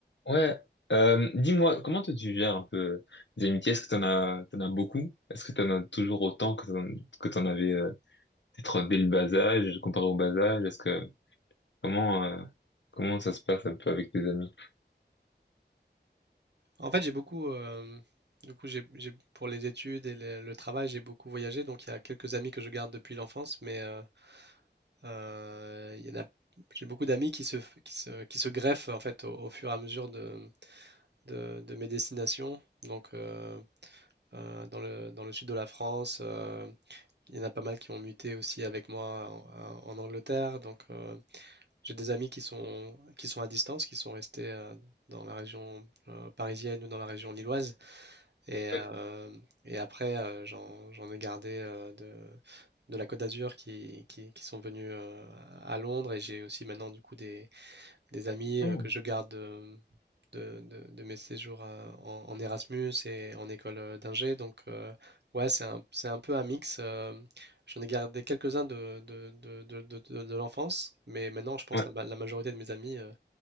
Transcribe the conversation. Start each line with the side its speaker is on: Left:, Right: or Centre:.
Left: Ouais, euh, dis-moi, comment toi tu gères un peu les amitiés? Est-ce que t'en as, t'en as beaucoup? Est-ce que t'en as toujours autant que t'en, que t'en avais euh, peut-être dès le bas âge, comparé au bas âge? Est-ce que comment euh, comment ça se passe un peu avec tes amis?
Right: En fait, j'ai beaucoup, euh, du coup, j'ai, j'ai- pour les études et le, le travail, j'ai beaucoup voyagé. Donc, il y a quelques amis que je garde depuis l'enfance, mais euh, euh, il y en a, j'ai beaucoup d'amis qui se, f- qui se, qui se greffent en fait au, au fur et à mesure de, de, de mes destinations. Donc, euh, euh, dans le, dans le sud de la France, euh, il y en a pas mal qui ont muté aussi avec moi en, en Angleterre. Donc, euh, j'ai des amis qui sont, qui sont à distance, qui sont restés euh, dans la région euh, parisienne ou dans la région lilloise. Et, euh,
Left: Oui.
Right: et après, euh, j'en, j'en ai gardé euh, de, de la Côte d'Azur qui, qui, qui sont venus euh, à Londres. Et j'ai aussi maintenant du coup des, des amis
Left: Hmm.
Right: euh, que je garde de, de, de- de mes séjours à- en, en Erasmus et en école euh, d'ingé. Donc euh, ouais, c'est un, c'est un peu un mix. euh, j'en ai gardé quelques-uns de, de, de, de, de- de- de l'enfance, mais maintenant je pense
Left: Ouais,
Right: la, ma- la majorité de mes amis euh,